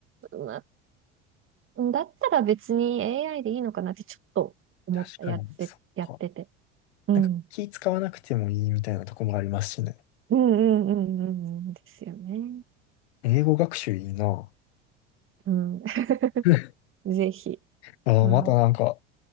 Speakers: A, on the right; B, on the left.
A: なだったら別に AI でいいのかなってちょっと思った、
B: 確かに、
A: やって、
B: そっか。
A: やってて。うん。
B: なんか気使わなくてもいいみたいなとこもありますしね。
A: うんうんうんうんうんですよね。
B: 英語学習いいな。
A: うん。
B: <laughs>
A: <laughs> ぜひ。
B: ああ、
A: うん。
B: またなんか、